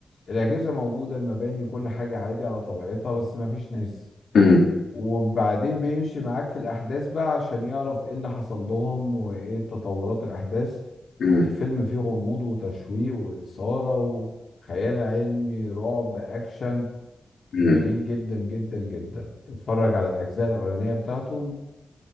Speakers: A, on the left (about 55°); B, on the left (about 80°).
A: الأجهزة موجودة المباني كل حاجة عادي على طبيعتها بس ما فيش ناس
B: امم
A: وبعدين بيمشي معاك في الأحداث بقى عشان يعرف إيه اللي حصل لهم وإيه تطورات الأحداث
B: امم
A: الفيلم فيه غموض وتشويق وإثارة وخيال علمي رعب أكشن
B: امم
A: جميل جدا جدا جدا تتفرج على الأجزاء الأولانية بتاعته